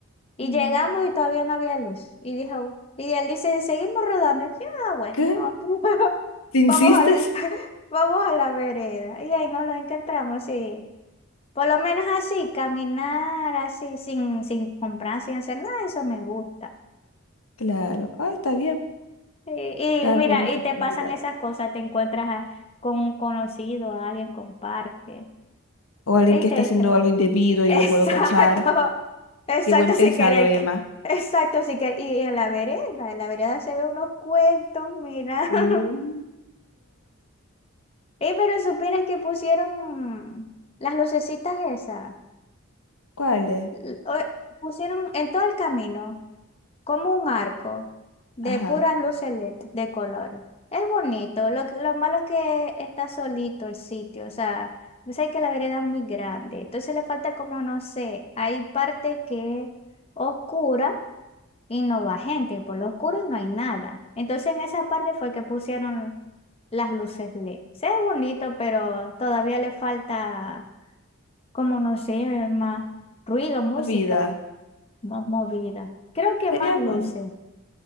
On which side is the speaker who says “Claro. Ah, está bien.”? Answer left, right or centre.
Left